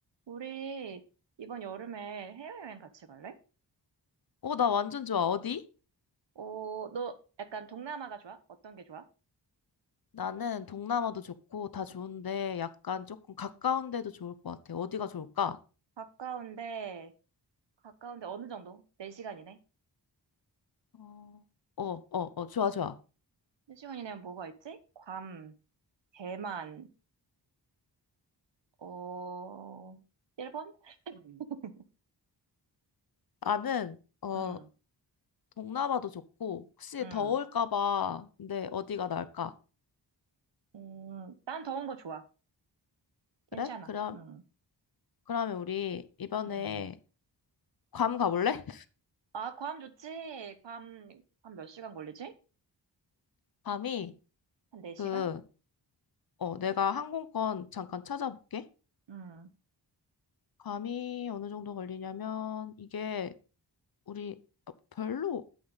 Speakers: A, on the right; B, on the left.
A: 우리 이번 여름에 해외여행 같이 갈래?
B: 어, 나 완전 좋아. 어디?
A: 어, 너 약간 동남아가 좋아? 어떤 게 좋아?
B: 나는 동남아도 좋고 다 좋은데 약간 조금 가까운 데도 좋을 것 같아. 어디가 좋을까?
A: 가까운데, 가까운데 어느 정도? 4시간이네?
B: 어, 어, 어, 어, 좋아, 좋아.
A: 4시간이면 뭐가 있지? 괌, 대만, 어, 일본? <laughs>
B: 나는, 어,
A: 응,
B: 동남아도 좋고 혹시
A: 응,
B: 더울까 봐. 근데 어디가 나을까?
A: 음, 난 더운 거 좋아. 괜찮아.
B: 그래? 그럼,
A: 응,
B: 그러면 우리 이번에
A: 응.
B: 괌 가볼래?
A: 아, 괌 좋지? 괌, 괌 몇 시간 걸리지?
B: <laughs> 괌이
A: 한 4시간?
B: 그, 어, 내가 항공권 잠깐 찾아볼게.
A: 응.
B: 괌이 어느 정도 걸리냐면 이게 우리 어, 별로,